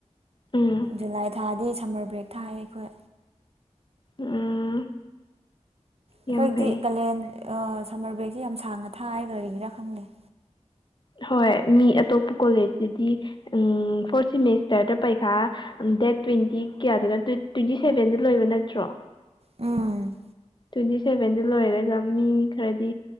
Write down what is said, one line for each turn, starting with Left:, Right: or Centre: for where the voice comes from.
Left: ꯎꯝ
Right: ꯖꯨꯂꯥꯏ ꯊꯥꯗꯤ ꯁꯝꯃꯔ ꯕ꯭ꯔꯦꯛ ꯊꯥꯏ ꯑꯩꯈꯣꯏ
Left: ꯎꯝ
Right: ꯑꯩꯈꯣꯏꯗꯤ
Left: ꯌꯥꯝ ꯐꯩ
Right: ꯀꯥꯂꯦꯟ ꯑꯥ ꯁꯝꯃꯔ ꯕ꯭ꯔꯦꯛꯁꯤ ꯌꯥꯝ ꯁꯥꯡꯅ ꯊꯥꯏ ꯀꯔꯤꯒꯤꯔꯥ ꯈꯪꯗꯦ
Left: ꯍꯣꯏ ꯃꯤ ꯑꯇꯣꯞꯄ ꯀꯣꯂꯦꯖꯇꯗꯤ ꯎꯝ ꯐꯣꯔ ꯁꯤꯃꯦꯁꯇꯔꯗ ꯄꯩꯈꯥ ꯑꯝ ꯗꯦꯠ ꯇ꯭ꯋꯦꯟꯇꯤ ꯀꯌꯥꯗꯅꯣ ꯇ꯭ꯋꯦ ꯇ꯭ꯋꯦꯟꯇꯤ ꯁꯦꯚꯦꯟꯗ ꯂꯣꯏꯕ ꯅꯠꯇ꯭ꯔꯣ
Right: ꯎꯝ
Left: ꯇ꯭ꯋꯦꯟꯇꯤ ꯁꯚꯦꯟꯗ ꯂꯣꯏꯔꯒ ꯃꯤ ꯈꯔꯗꯤ